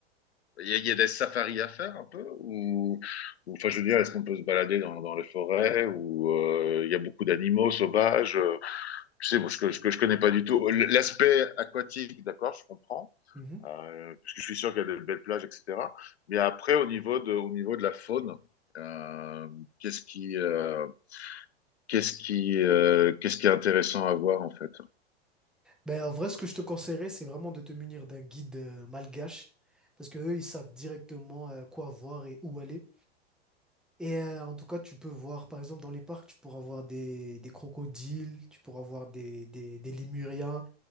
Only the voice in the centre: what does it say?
Mhm.
Ben, en vrai, ce que je te conseillerais, c'est vraiment de te munir d'un guide euh, malgache, parce que eux, ils savent directement euh, quoi voir et où aller. Et euh, en tout cas, tu peux voir, par exemple, dans les parcs, tu pourras voir des, des crocodiles, tu pourras voir des, des, des lémuriens,